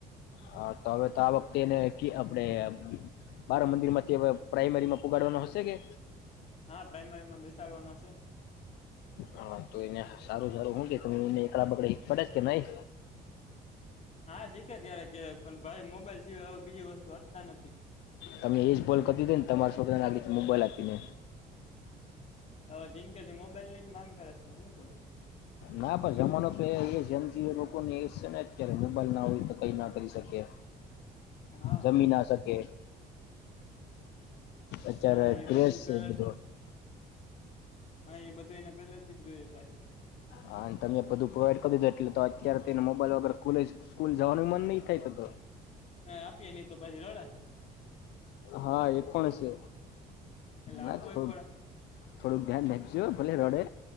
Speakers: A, on the left; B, on the left.
A: હા તો હવે તો આ વખતે એને આપણેે મારા મંદિર માંથી હવે પ્રાાઈમરી માં પગાડવાનો હશે કે.
B: હા પ્રાઈમરી માં બેસાડવાનો છે.
A: હા તો એને સારું સારું શું કે એકડા બગડા પડે જ કે નહી.
B: હા શીખે ક્યારેક ક્યારેક પણ ભાઈ મોબાઈલ સિવાય હવે બીજી વસ્તુ હટતા નથી.
A: તમે એ જ બોલ કરતી હતી ને તમારા સોકરાને આરીતે મોબાઈલ આપીને
B: હવે જિંદગીથી મોબાઈલ ની જ માંગ કરે છે તો હું કરું.
A: ના પણ જમાનો પ એ જમજી લોકો ને અત્યારે મોબાઈલ ના હોય તો કઈ ના કરી શકીએ.
B: હા
A: જમી ના શકે. અત્યારે
B: હા એ
A: ક્રેશ
B: બધું પેલે
A: બધો
B: હા એ બધું એને પેલેથી જ જોઈએ પછી
A: હા અને તમે બધું પ્રોવાઈડ કરી દધો એટલે તો અત્યારે તેને મોબાઈલ વગર ખલે સ્કૂલ જવાનું મન નહી થાય તો તો
B: હ આપીએ નહી તો પછી રડે.
A: હા એ પણ છે
B: એટલે આપવુંય
A: ના થ
B: પડે
A: થોડું ધ્યાન નાપજો ભલે રડે